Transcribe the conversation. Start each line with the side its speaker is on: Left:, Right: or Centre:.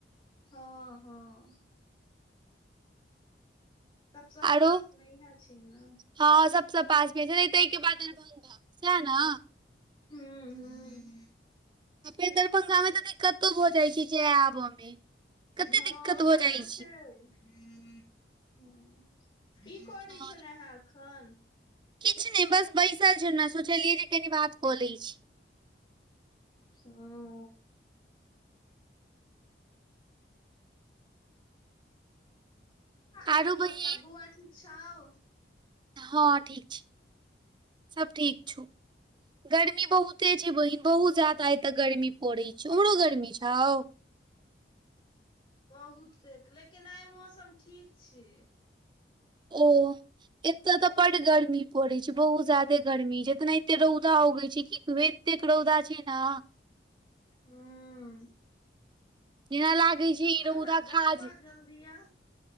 Left: हँ हाँ सबस
Right: आरो
Left: पास मे इएह छै ने
Right: हँ सबसँ पास भेज ताहिके बाद दरभ्ंगा सह ने
Left: हूँ हूँ
Right: फेर दरभंगा मे तऽ दिक्कतो भ जाइ छै जए आबऽ मे कते
Left: हँ
Right: दिक्कत
Left: उह
Right: भऽ जाइ
Left: तऽ छै हँ की करै
Right: हँ
Left: छलेहेँ एखन
Right: किछु नहि बस बैसल छी ने सोचलियै जे कनी बात कऽ लै छी
Left: ह आर
Right: आरो बहिन
Left: बताबु आ ठीक छौ
Right: हँ ठीक छै सब ठीक छौ गर्मी बहुते छै बहिन बहुत ज्यादा एत गर्मी पड़ै छै ओमहरो गर्मी छौ
Left: बहुतेक लेकिन आइ मौसम ठीक छै
Right: ओ एतय तऽ बड गर्मी पड़े छै बहुत ज्यादे गर्मी छै एतना एते रौदा उगै छै कबे एतेकड़ौदा छै ने
Left: ह्म
Right: जेना लागै छै इ र उदा
Left: ने गाँवा
Right: खाजेते
Left: जल्दिया